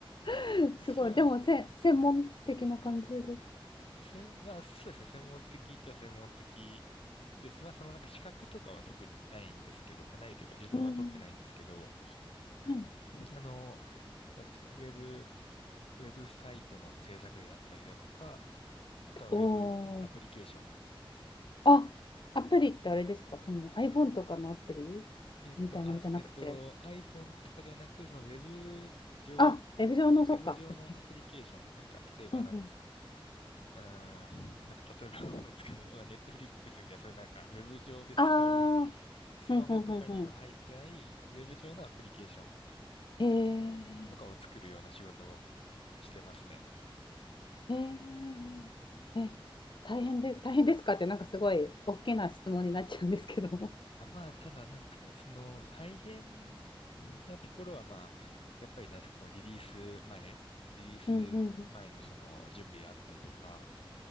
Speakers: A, on the left; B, on the left.
A: <laughs>
B: 私は、
A: すごい。でもせ、専門的な感じですか
B: せん、まあ、そうですね、専門的っちゃ専門的です。まあ、そのなんか資格とかは特にないんですけど、ないというか自分は取ってないんですけど、
A: うん。はい。
B: あの、なんですかね、ウェブ、ウェブサイトの制作であったりだとか、あとはウェブアプリケーション。
A: おー。あ、アプリってあれですかその iPhone とかのアプリ
B: えっと、
A: みたいなのじゃなくて。
B: あ、えっと、iPhone とかではなく、そのウェブ上、
A: あ、ウェブ上の、そっか、
B: ウェブ上のアプリケーション、
A: アプリケーションか。
B: なんか、例えば何ですかね。
A: うんうん。
B: うーん、なんか例えば <laughs> 思いつかない、まあ、ネットフリックスみたいな、そういうなんか、ウェブ上で使う、
A: あー。
B: スマホとかには入ってない、
A: うんうんうんうん。
B: ウェブ上のアプリケーション
A: へえ。
B: とかを作るような仕事をしてますね。
A: へえ。え、大変で、大変ですかって、なんかすごい大きな質問になっちゃうんですけど。
B: あ、まあ、ただなんですかね、その、大変なところは、まあ、やっぱりなんですか、こう、リリース前、リリース前のその、
A: うんうん
B: 準備であったりとか、